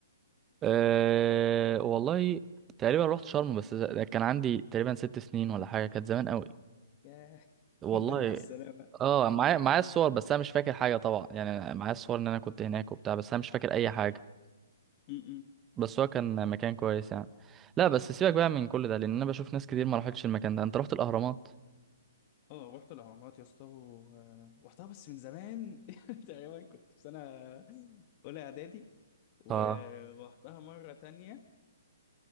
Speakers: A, on the right; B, on the left.
A: أه والله تقريبا رحت شرم بس ز- كان عندي تقريبا ست سنين ولا حاجة كانت زمان قوي
B: كده
A: والله
B: الحمد لله على السلامة
A: اه معايا معايا الصور بس انا مش فاكر حاجه طبعا يعني أنا معايا الصور ان انا كنت هناك وبتاع بس انا مش فاكر اي حاجه
B: م-م.
A: بس هو كان مكان كويس يعني لا بس سيبك بقى من كل ده لان انا بشوف ناس كتير ما راحتش المكان ده انت رحت الاهرامات
B: اه رحت الأهرامات يا اسطى و- آه، رحتها بس من زمان <laughs> تقريبا كنت في سنة أولى إعدادي ورحتها
A: اه
B: مرة تانية